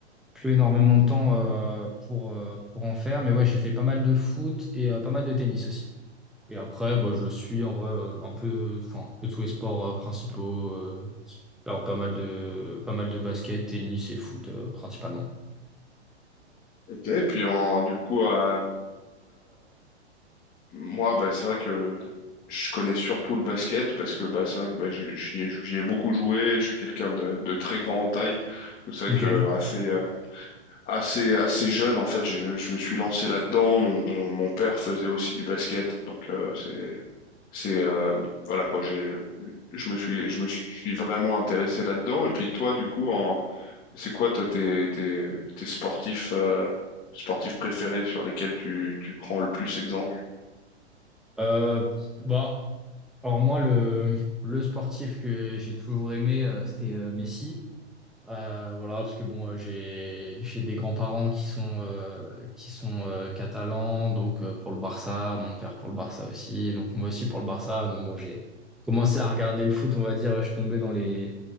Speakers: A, in the centre; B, on the left (about 25°).
A: plus énormément de temps euh, pour, euh, pour en faire. Mais ouais, j'ai fait pas mal de foot et euh, pas mal de tennis aussi. Et après, bah, je suis en vrai euh, un peu, enfin, un peu tous les sports euh, principaux. euh, alors pas mal de, pas mal de basket, tennis et foot euh, principalement.
B: Ok, et puis en, du coup, à Moi, bah, c'est vrai que je connais surtout le basket parce que bah, c'est vrai que bah, j'ai- j'y ai, j'y ai beaucoup joué. Je suis quelqu'un de, de très grand en taille. Donc c'est
A: Ok.
B: vrai que assez, euh, assez, assez jeune, en fait, j'ai- je me suis lancé là-dedans. Mon, mon, mon père faisait aussi du basket. Donc euh, c'est, c'est, euh, voilà quoi, j'ai, je me suis, je me suis vraiment intéressé là-dedans. Et puis toi, du coup, en, c'est quoi toi tes, tes, tes sportifs, euh, sportifs préférés sur lesquels tu, tu prends le plus exemple?
A: Euh, bah, alors moi le, le sportif que j'ai toujours aimé, euh, c'était euh, Messi. Euh, voilà, parce que bon, euh, j'ai <laughs> j'ai des grands-parents qui sont euh, qui sont euh, catalans, donc euh, pour le Barça, mon père pour le Barça aussi, donc moi aussi pour le Barça. Donc bon, j'ai commencé à regarder le foot, on va dire, je tombais dans les